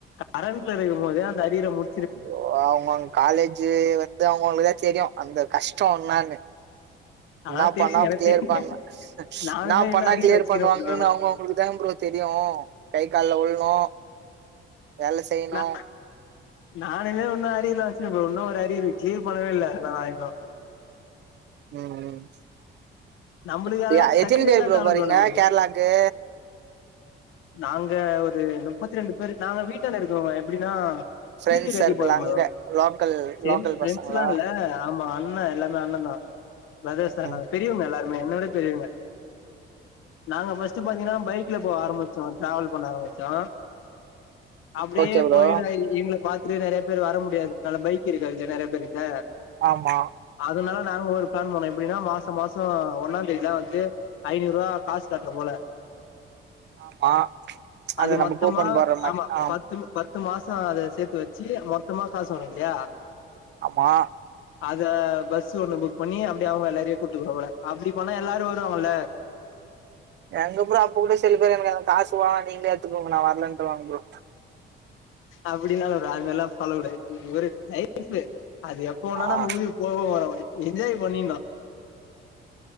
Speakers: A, on the left; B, on the right.
A: கரண்ட்ல இருக்கும் போதே அந்த அரியர முடிச்
B: அய்யோ ஆமாங்க காலேஜு வந்து அவுங்க அவுங்களுக்குதா தெரியு அந்த கஷ்டோ என்னான்னு
A: அதா
B: என்னா பண்ணா
A: தெரியுது எனக்கு
B: கிளியர்
A: தெரியுங்க
B: பண்
A: நானுமே
B: என்னா
A: இன்னு
B: பண்ணா
A: அரியர்
B: கிளியர்
A: வச்சுக்கிறே
B: பண்ணுவாங்கன்னு
A: ப்ரோ
B: அவுங்க அவுங்களுக்குதா ப்ரோ தெரியு கை கால்ல விழனு வேல செய்யணு
A: நா நானுமே இன்னு அரியர்லா வச்சிருக்கே ப்ரோ இன்னு ஒரு அரியரு க்ளியர் பண்ணவே இல்ல அத நா இன்னு
B: ம் ம்
A: நம்மளுக்கு அதெல்லா
B: ஆ எத்தின
A: சர்டிஃபிகேட்லா
B: பேர் ப்ரோ
A: தேவல்ல
B: போறீங்க
A: நம்மளுக்கு
B: கேரளாக்கு
A: நாங்க ஒரு நுப்பத்தி ரெண்டு பேர் நாங்க வீட்டாண்ட இருக்குறவங்க எப்டின்னா
B: ஃப்ரெண்ட்ஸ்
A: சீட்டு கட்டி
B: சர்க்கிள்
A: போறே
B: அங்க
A: ப்ரோ
B: லோக்கல்
A: சேந்து
B: லோக்கல்
A: ஃப்ரெண்ட்ஸ்லா
B: பசங்களா
A: இல்ல ஆமா அண்ணே எல்லாமே அண்ணேதா பிரதர்ஸ்தா
B: ம்
A: எல்லா பெரியவங்க எல்லாருமே என்ன விட பெரியவங்க நாங்க ஃபர்ஸ்ட் பாத்தீங்கன்னா பைக்ல போ ஆரமிச்சோ டிராவல் பண்ண ஆரமிச்சோ அப்டியே
B: ஓகே ப்ரோ
A: போயின்னாயி இவுங்கள பாத்துட்டு நெறயா பேர் வர முடியாதுனால பைக் இருக்காதுல்ல நெறய பேருகிட்ட
B: ஆமா
A: அதுனால நாங்க ஒரு பிளான் பண்ணோ எப்டின்னா மாசோ மாசோ ஒன்னாந்தேதிலா வந்து ஐநூருவா காஸ் கட்ற போல
B: ஆமா அத
A: அது
B: நம்ம
A: மொத்தமா
B: கூப்பன் போடுற மாரி
A: ஆமா
B: ஆ
A: பத்து பத்து மாசோ அத சேத்து வச்சி மொத்தமா காசு வரு இல்லையா
B: ஆமா
A: அத பஸ் ஒண்ணு புக் பண்ணி அப்டி அவுங்க எல்லாரையு கூட்டு போற போல அப்டி பண்ணா எல்லாரு வருவாங்கல்ல
B: எங்க ப்ரோ அப்ப கூட சில பேர் எனக்கு அந்த காசு வேணா நீங்களே எடுத்துக்கோங்க நா வரலன்ருவாங்க ப்ரோ
A: அப்டின்னாலு வரு அது மாரில்லா பண்ண கூடாது இது ஒரு லைஃப் அது எப்ப வேணாலு நம்ம
B: ஆ
A: உயிர் போவு வரு என்ஜாய் பண்ணிர்ணு